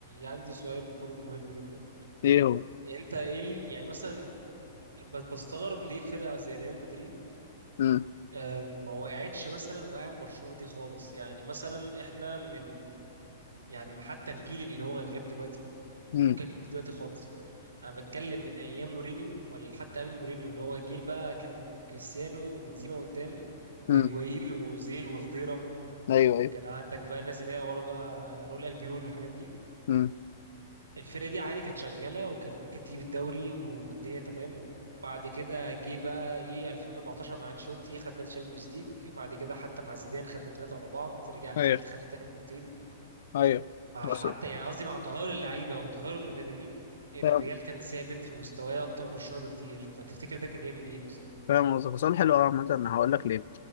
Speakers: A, on the right (about 80°); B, on the left (about 65°).
A: عندي سؤال برضه مهم جدا
B: ايه هو
A: يعني انت ايه ال- يعني مثلا ب- بستغرب ليه فرقه زي ريال مدريد
B: امم
A: آه، ما وقعتش مثلا وقع برشلونة دي خالص يعني مثلا احنا من يعني حتى الجيل اللي هو غير دلوقتي
B: امم
A: فكك من دلوقتي خالص انا بتكلم من ايام مورينيو ولا حتى قبل مورينيو اللي هو جيل بقى كان كريستيانو وبنزيما قدام وهيجوايين
B: امم
A: وزيل وخضيرة
B: ايوه
A: وكان
B: ايوه
A: عندك بقى الناس اللي هي ورا بقى راؤول البيول والحاجات دي
B: هه،
A: الفرقة دي عادي كانت شغالة وكانت ممكن تجيب الدوري والدنيا تمام بعد كده جه بقى ايه 2014 مع انشيلوتي خدنا الشامبيونز ليج بعد كده حتى مع زيدان خدنا ثلاثة ورا بعض رجع انشيلوتي
B: هيه
A: خد تاني مرتين
B: هيه،
A: مع حتى
B: بس
A: يعني قصدي مع تغير اللعيبة وتغير المدربين الريال
B: أنا
A: كان ثابت في مستواه أكتر من برشلونة بكتير فتفتكر ده كان جاي من ايه مثلا؟
B: فاهم قصدك سؤال حلو قوي مثلا هقول لك ليه